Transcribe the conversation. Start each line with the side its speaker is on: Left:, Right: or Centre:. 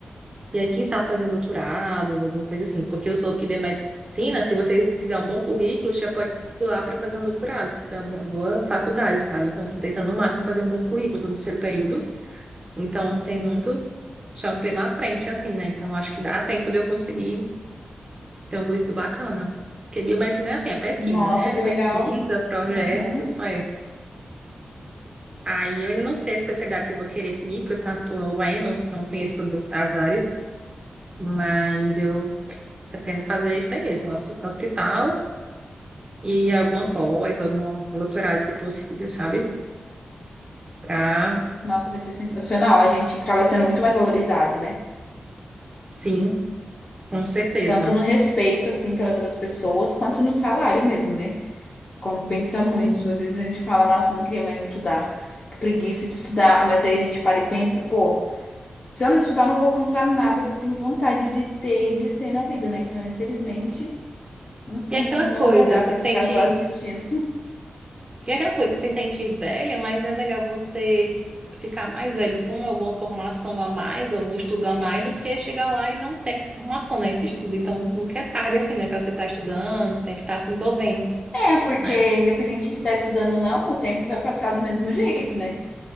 Right: E aí, quem sabe fazer um doutorado, alguma coisa assim, porque eu soube que biomedicina, se você se der um bom currículo, você já pode pular para fazer um doutorado, se der uma boa faculdade, sabe? Então, estou tentando o máximo fazer um bom currículo estou no terceiro período, então tem muito chão pela frente, assim, né? Então, acho que dá tempo de eu conseguir Tem um currículo bacana. Porque biomedicina é assim, é pesquisa,
Left: Nossa,
Right: né?
Left: que
Right: Pesquisa,
Left: legal.
Right: projetos,
Left: Uhum.
Right: é. Aí eu ainda não sei a especialidade que eu vou querer seguir, porque eu tá- tô novo ainda, não, não conheço todas as áreas, mas eu pretendo fazer isso aí mesmo, hos- hospital e alguma pós, algum doutorado, se possível, sabe? Pra,
Left: Nossa, vai ser sensacional. A gente acaba sendo muito mais valorizado, né?
Right: sim, com certeza.
Left: Tanto no respeito, assim, pelas outras pessoas, quanto no salário mesmo, né? Compensa
Right: Sim.
Left: muito. Às vezes a gente fala, nossa, eu não queria mais estudar, que preguiça de estudar. Mas aí a gente para e pensa, pô, se eu não estudar, eu não vou alcançar nada que eu tenho vontade de ter e de ser na vida, né? Então, infelizmente, hum,
Right: E aquela
Left: hum, não
Right: coisa,
Left: vai dar
Right: você
Left: pra
Right: sente
Left: ficar só assistindo.
Right: E é aquela coisa, você se sente velha, mas é melhor você ficar mais velho com alguma formação a mais, algum estudo a mais, do que chegar lá e não ter essa formação, né? Esse estudo. Então, nunca é tarde assim, né? Pra você estar estudando, sempre estar se envolvendo,
Left: É, porque
Right: né?
Left: independente de estar estudando ou não, o tempo vai passar do mesmo jeito, né?